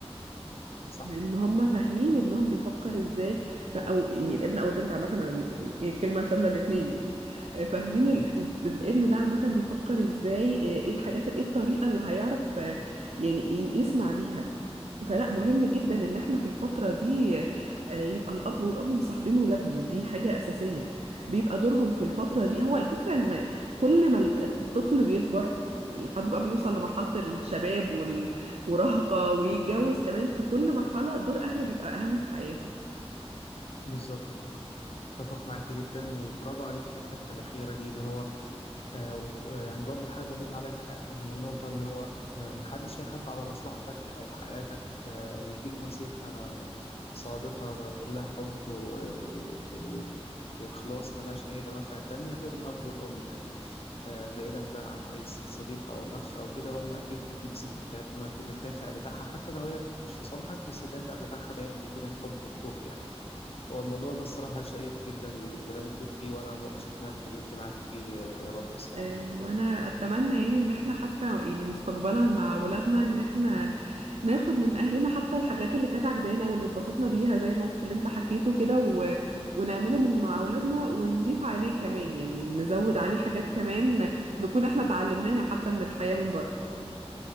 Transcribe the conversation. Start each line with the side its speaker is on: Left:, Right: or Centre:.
Left: صح
Right: لان هم فاهمين ابنهم بيفكر ازاي ف... او يعني الابن او البنت عامه أنا يعني هي الكلمه شامله الاثنين يعني آه، فاهمين ال...
Left: أكيد
Right: ال- الابن ده عامه بيفكر ازاي آه، ايه الحاجات ايه الطريقه اللي هيعرف آه، يعني ي- يسمع بيها فلا مهم جدا ان احنا في الفتره دي آه، يبقى الاب والام مصاحبين ولادهم دي حاجه اساسيه بيبقى دورهم في الفتره دي هو الفكره ان كل ما الطفل بيكبر لحد بقى بيوصل لمرحله الشباب مراهقة ويتجوز كمان في كل مرحلة دور أهله بيبقى أهم في حياته
Left: بالظبط اتفق معاكي جدا وبرافو عليكي في الحتة الأخيرة دي اللي هو آه، ويعني برضو حابب أضيف عليها ح- يعني النقطة اللي هو آه، محدش هيخاف على مصلحتك أو حياتك آه، ويديك نصيحة صادقة كلها حب و- و- و- وإخلاص ملهاش أي دوافع تانية غير الأب والأم يعني آه، بعيدا بقى عن أي ص- صديق أو الأخ أو كده هم أكيد النصيحة بتاعتهم هتكون الدافع بتاعها حتى لو هي مش في صالحك بس الدافع بتاعها دايما بيكون الحب والخوف يعني هو الموضوع ده الصراحة شيق جدا والكلام يطول فيه وأنا مبسوط إن أنا اتكلمت معاكي فيه آه، يا رضوى الصراحة
Right: آه، وأنا أتمنى يعني إن احنا حتى يعني مستقبلا مع ولادنا إن احنا ناخد من أهلنا حتى الحاجات اللي كانت عجبانا واللي اتبسطنا بيها زي الموقف اللي انت حكيته كده و... ونعمله من مع ولادنا ونضيف عليه كمان يعني نزود عليه حاجات كمان نكون احنا اتعلمناها حتى من الحياة من بره